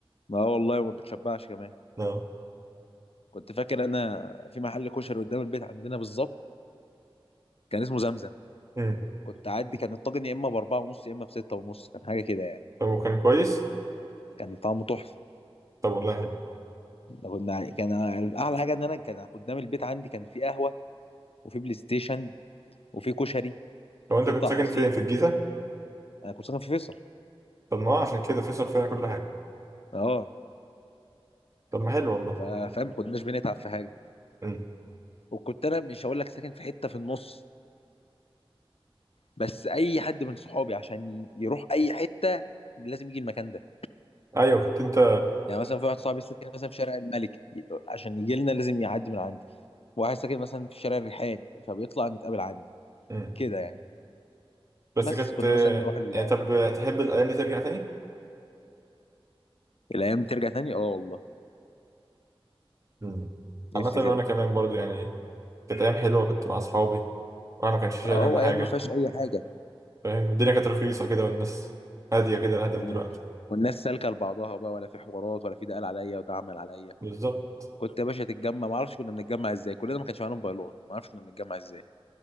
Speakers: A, on the left (about 80°); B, on the right (about 30°).
A: اه والله ما بتشبعش كمان
B: <laughs> لا
A: كنت فاكر انا في محل كشري قدام البيت عندنا بالظبط كان اسمه زمزم
B: أمم.
A: كنت اعدي كان الطاجن يا اما باربعه ونص يا اما بسته ونص كان حاجه كده يعني
B: طب وكان كويس
A: كان طعمه تحفه
B: طب والله حلو
A: ده كنا يعني، كان اعلى حاجه ان انا كان قدام البيت عندي كان في قهوه وفي بلاي ستيشن وفي كشري
B: طب انت
A: وفي
B: كنت
A: بتاع
B: ساكن
A: عصير
B: فين في الجيزه
A: انا كنت ساكن في فيصل
B: طب ما هو عشان كده في صرف فيها كل حاجه
A: اه
B: طب ما حلو والله
A: ف- فاهم ما كناش بنتعب في حاجه
B: أمم.
A: وكنت انا مش هقول لك ساكن في حته في النص بس اي حد من صحابي عشان ي- يروح اي حته لازم يجي المكان ده
B: ايوه كنت انت
A: يعني مثلا في واحد صاحبي ساكن مثلا في شارع الملك ي- عشان يجي لنا لازم يعدي من عندي واحد ساكن مثلا في شارع الريحان فبيطلع نتقابل عندي
B: أمم.
A: كده يعني
B: بس
A: بس
B: كانت
A: كنا مثلا نروح ال...
B: يعني طب تحب الأيام دي ترجع تاني؟
A: الايام دي ترجع تاني اه والله
B: مم.
A: نفسي
B: عامة وأنا
A: ترجع
B: كمان برضو يعني كانت أيام حلوة كنت مع أصحابي وأنا ما كانش شايل
A: اه
B: هم
A: وايام
B: حاجة
A: ما فيهاش اي حاجه
B: فاهم والدنيا كانت رخيصة كده والناس هادية كده أهدى
A: مم.
B: من دلوقتي
A: والناس سالكه لبعضها بقى ولا في حوارات ولا في ده قال عليا وده عمل عليا
B: بالظبط
A: كنت يا باشا تتجمع ما اعرفش كنا بنتجمع ازاي كلنا ما كانش معانا موبايلات ما اعرفش كنا بنتجمع ازاي